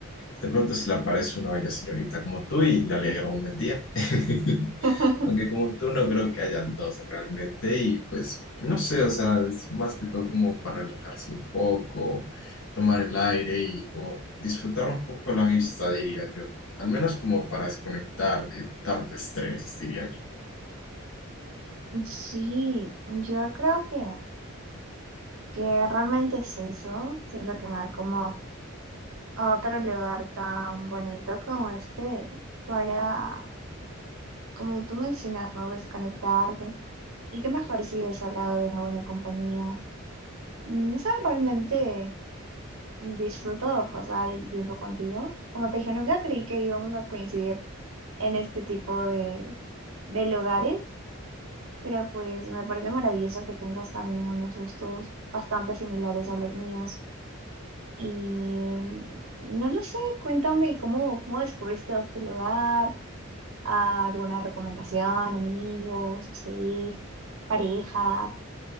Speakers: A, on the left (about 65°); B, on the right (about 80°).
A: de pronto se le aparece una bella señorita como tú y le alegra un el día. <laughs>
B: <laughs>
A: Aunque como tú no creo que hayan dos realmente y pues no sé, o sea, es más que todo como para relajarse un poco tomar el aire y como disfrutar un poco la vista, diría yo. Al menos como para desconectar de tanto estrés, diría yo.
B: Sí, yo creo que, que realmente es eso, siento que no hay como otro lugar tan bonito como este para, como tú mencionas, ¿no? Desconectarte. Y qué mejor si es al lado de una buena compañía. No sé, realmente disfruto pasar el tiempo contigo. Como te dije, nunca creí que íbamos a coincidir en este tipo de, de lugares, pero pues me parece maravilloso que tengas también unos gustos bastante similares a los míos. Y mm, no lo sé, cuéntame cómo, cómo descubriste este lugar, ah, alguna recomendación, amigos, no sé, pareja,